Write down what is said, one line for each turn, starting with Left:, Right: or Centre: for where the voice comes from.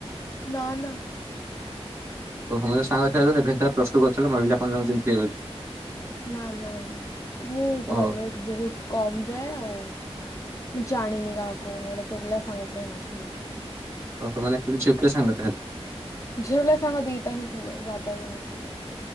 Left: ନା ନା।
Right: ମୋର ଜଣେ ସାଙ୍ଗ ଥିଲା ରେଭେନ୍ସାରେ ପ୍ରସ ଟୁ କରିଥିଲା, ମୁଁ ଭାବିଲି ଆପଣ ତାକୁ ଚିହ୍ନି ଥିବେ ବୋଲି।
Left: ନା ନା ନା, ମୁଁ
Right: ଓହୋ
Left: କଲେଜ ବହୁତ କମ ଯାଏ ଆଉ ମୁଁ ଜାଣିନି କାହାକୁ, ମୋର ପୁଅ ପିଲା ସାଙ୍ଗ କେହି ନଥିଲେ।
Right: ଓହୋ ମାନେ ଆଚୁଏଲି ଝିଅ ପିଲା ସାଙ୍ଗ କେହି ନାହାନ୍ତି।
Left: ଝିଅ ପିଲା ସାଙ୍ଗ ଦିଟା ହିଁ ଥିଲେ, ଯାଦା ବି ନଥିଲେ।